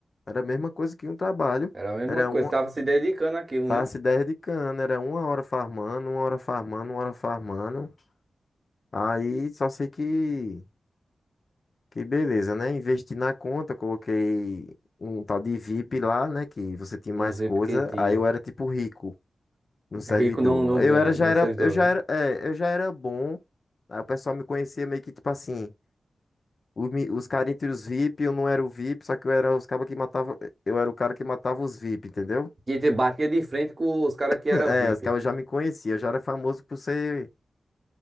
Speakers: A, on the left; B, on the right.
A: era a mesma coisa que um trabalho,
B: Era a mesma
A: era
B: coisa,
A: uma,
B: estava se dedicando àquilo,
A: passe
B: né?
A: 10 de cana, era uma hora farmando, uma hora farmando, uma hora farmando, aí só sei que, que beleza, né, investi na conta, coloquei um tal de VIP lá, né, que você tinha mais
B: Um VIP
A: coisa,
B: que tinha.
A: aí eu era tipo rico, No servidor.
B: Rico não, não
A: Eu
B: ganha,
A: era, já
B: não
A: era,
B: servidor,
A: eu já
B: não.
A: era, é, eu já era bom. Aí o pessoal me conhecia meio que tipo assim, os, mi- os caras entre os VIP, eu não era o VIP, só que eu era os cabas que matava, eu era o cara que matava os VIP, entendeu?
B: Que te batia de frente com os caras
A: <laughs>
B: que era
A: É,
B: VIP.
A: os cabas já me conheciam, eu já era famoso por ser.